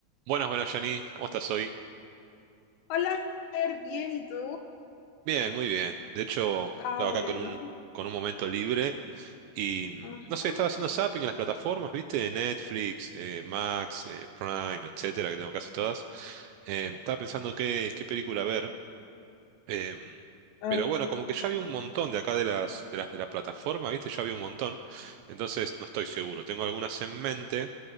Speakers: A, on the right; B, on the left.
A: Buenas, buenas, Jani. ¿Cómo estás hoy?
B: Hola, Fer, bien, ¿y tú?
A: Bien, muy bien. De hecho,
B: Ah,
A: estaba
B: bueno.
A: acá con un, con un momento libre y mm,
B: Ajá.
A: no sé, estaba haciendo zapping en las plataformas, ¿viste? Netflix, eh, Max, eh, Prime, etcétera, que tengo casi todas. Eh, estaba pensando qué, qué película ver. em,
B: ok.
A: pero bueno, como que ya había un montón de acá de las, de las de la plataforma, ¿viste? Ya había un montón. Entonces, no estoy seguro. Tengo algunas en mente.